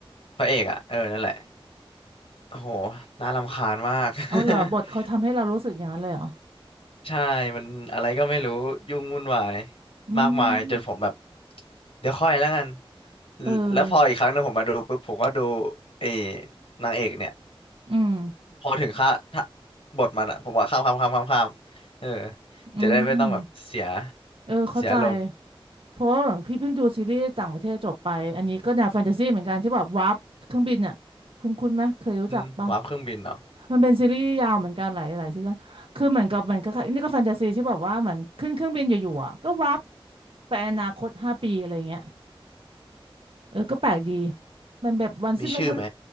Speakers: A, on the left; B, on the right.
A: พระเอกอ่ะเออนั่นแหละโอ้โหน่ารำคาญมาก
B: เอาเหรอบทเขาทำให้เรารู้สึกอย่างนั้นเลยเหรอ
A: <laughs> ใช่มันอะไรก็ไม่รู้ยุ่งวุ่นวาย
B: อืม
A: มากมายจนผมแบบเดี๋ยวค่อยแล้วกัน
B: เออ
A: แล้วพออีกครั้งหนึงผมมาดูปุ๊บผมก็ดูเออนางเอกเนี่ย
B: อืม
A: พอถึงค่าถ้าบทมันอะผมว่าข้ามข้ามข้ามข้ามข้ามเออ
B: อืม
A: จะได้ไม่ต้องแบบเสีย
B: เออเข้าใจ
A: เสียอารมณ์
B: เพราะว่าพี่เพิ่งดูซีรีส์ต่างประเทศจบไปอันนี้ก็แนวแฟนตาซีเหมือนกันที่แบบวาร์ปเครื่องบินอ่ะคุณคุณไหมเคยรู้จักปะ
A: อืมวาร์ปเครื่องบินเนาะ
B: มันเป็นซีรีส์ยาวเหมือนกันหลายหลายซีซั่นคือเหมือนกับเหมือนกับนี่ก็แฟนตาซีที่แบบว่าเหมือนขึ้นเครื่องบินอยู่ๆอ่ะก็วับไปอนาคตห้าปีอะไรเงี้ยเออก็แปลกดีมันแบบวันสิ้นโลก
A: มีชื่อไหม